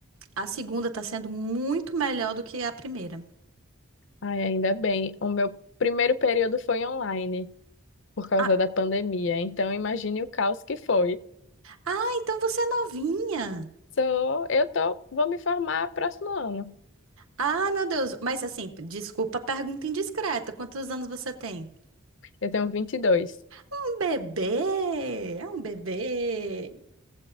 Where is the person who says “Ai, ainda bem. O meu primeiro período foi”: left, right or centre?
Left